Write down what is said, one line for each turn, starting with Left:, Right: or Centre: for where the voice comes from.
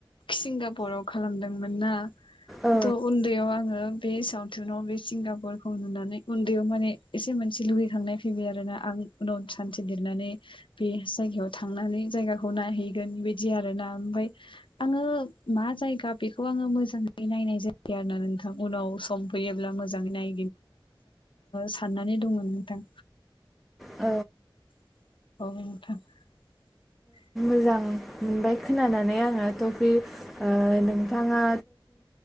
Left: सिंगापुराव खालामदोंमोन ना
Centre: औ
Left: थ' उन्दैयाव आङो बे सावथुनाव बे सिंगाब फुटबल खौ नुनानै उन्दैयाव माने एसे मोनसे लुगैखांनाय फैबाय आरो ना आं उनाव सानसे देरनानै बे जायगायाव थांनानै जायगाखौ नायहैगोन बेबायदि आरो ना ओमफ्राय आङो मा जायगा बेखौ आङो मोजाङै नायनाय जायो आरोना नोंथां उनाव सम फैयोब्ला मोजाङै नाय साननानै दंमोन नोंथां
Centre: औ
Left: <inaudible>
Centre: मोजां मोनबाय खोनानानै आङो थ बज नोंथाङा